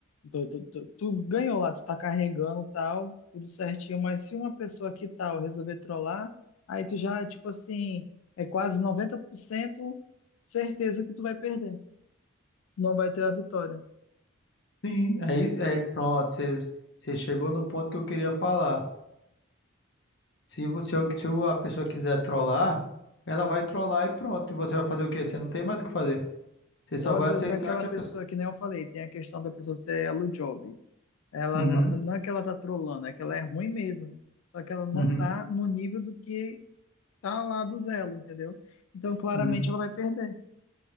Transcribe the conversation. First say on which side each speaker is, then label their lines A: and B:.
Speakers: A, on the left; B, on the left.
A: tu, tu, tu- tu ganhou lá, tu tá carregando tal, tudo certinho, mas se uma pessoa que tal resolver trollar, aí tu já, tipo assim, é quase 90% certeza que tu vai perder. Não vai ter a vitória.
B: Sim, é isso, é pronto. Você, você chegou no ponto que eu queria falar. Se você, se a pessoa quiser trollar, ela vai trollar e pronto. E você vai fazer o quê? Você não tem mais o que fazer. Você só
A: Ou às
B: vai
A: vezes
B: aceitar
A: é aquela
B: que a
A: pessoa,
B: pessoa
A: que nem eu falei, tem a questão da pessoa ser elo job. Ela
B: Uhum,
A: não, não é que ela tá trolando, é que ela é ruim mesmo. Só que ela não
B: uhum,
A: tá no nível do que tá lá do Zelo, entendeu? Então, claramente,
B: uhum.
A: ela vai perder.